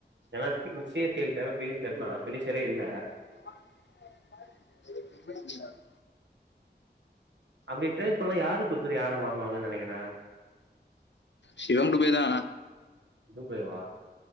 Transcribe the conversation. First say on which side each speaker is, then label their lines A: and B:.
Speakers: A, on the right; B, on the left.
A: ஏனா நிச்சய சேசுக்கு தேவ ஃபினிஷர் தா ஃபினிஷரே இல்ல
B: <unintelligible>
A: அப்டி ட்ரேட் பண்ண யார குடுத்துட்டு யார வாங்குவாங்கனு நெனக்கிற
B: ஷிவம் டுபே தா
A: துபேவா